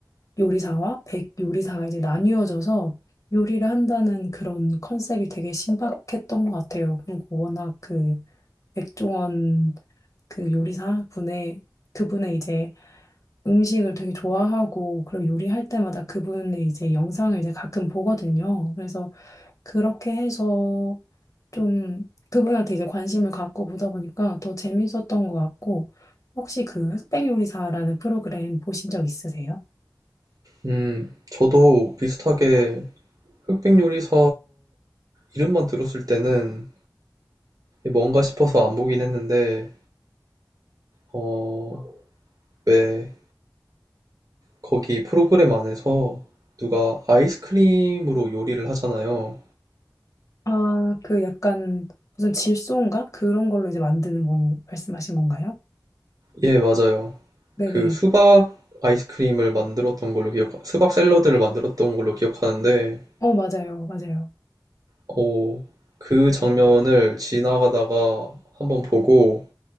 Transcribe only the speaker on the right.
음, 저도 비슷하게 흑백 요리사 이름만 들었을 때는 뭔가 싶어서 안 보긴 했는데, 어, 왜 거기 프로그램 안에서 누가 아이스크림으로 요리를 하잖아요.
예, 맞아요.
그 수박 아이스크림을 만들었던 걸로 기억, 수박 샐러드를 만들었던 걸로 기억하는데,
어, 그 장면을 지나가다가 한번 보고